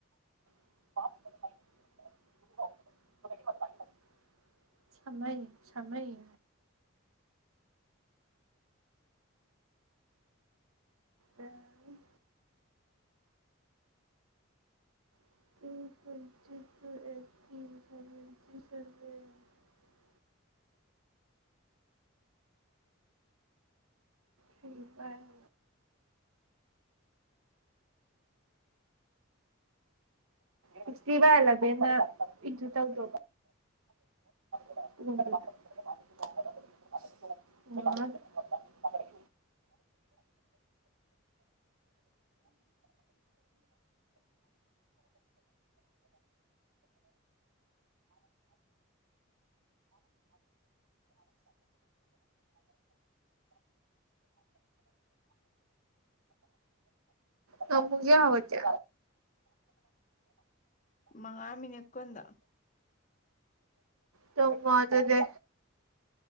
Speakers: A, on the right; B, on the left.
A: <unintelligible> ꯁꯃꯩ ꯁꯃꯩ ꯎꯝ ꯄꯖꯤ ꯑꯦꯊ ꯁꯁꯤ ꯁꯋꯦ <unintelligible> ꯁꯤ ꯐꯔ ꯁꯤꯛꯁꯇꯤ ꯕꯥꯢ ꯑꯂꯕꯦꯟꯅ ꯏꯟꯇꯨ ꯇꯧꯗꯣꯕ <unintelligible> ꯅꯪ ꯄꯨꯡ ꯀꯌꯥ ꯍꯧꯒꯠꯀꯦ
B: ꯃꯉꯥ ꯃꯤꯅꯠ ꯀꯨꯟꯗ
A: ꯇꯨꯝꯃꯣ ꯑꯗꯨꯗꯤ